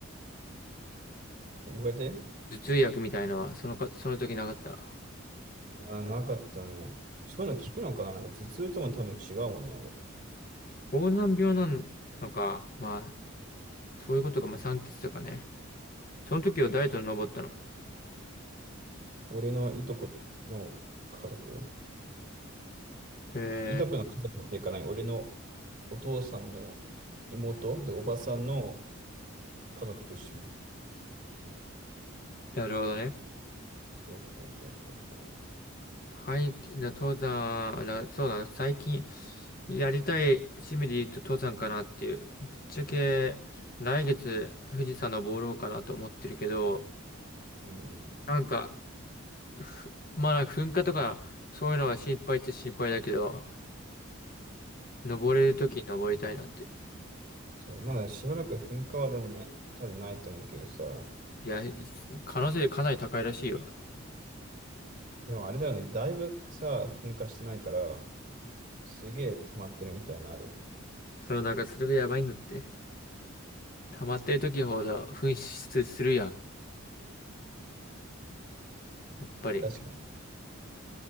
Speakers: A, on the right; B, on the left.
A: こうやって
B: 頭痛薬みたいのは、そのか、その時なかった。
A: いや、なかったね。そういうの聞くのかななんか頭痛とも多分違うもんね、あれ。
B: 高山病なのか。まあ、そういうことか。まあ、酸欠とかね。その時はダイエットに登ったの。
A: 俺のいとこの家族、
B: え
A: いとこの家族っていうかない、俺のお父さんの妹で、おばさんの家族と一緒に。
B: ー、なるほどね。
A: そうそうそうそうそう。
B: はいき、じゃあ登山、らそうだな、最近やりたい趣味で言うと登山かなっていう。ぶっちゃけ来月富士山登ろうかなと思ってるけど、
A: うんうん。
B: なんか、ふまあなんか噴火とかそういうのが心配っちゃ心配だけど、登れるときに登りたいなって。
A: そう、まだしばらく噴火はでもね、多分ないと思うけどさ、
B: いや、可能性かなり高いらしいよ。
A: でもあれだよね、だいぶさ、噴火してないから、すげえ溜まってるみたいなのあるよね。
B: そう、なんかそれがやばいんだって。溜まってる時ほど噴出するやん。やっぱり、
A: 確かに。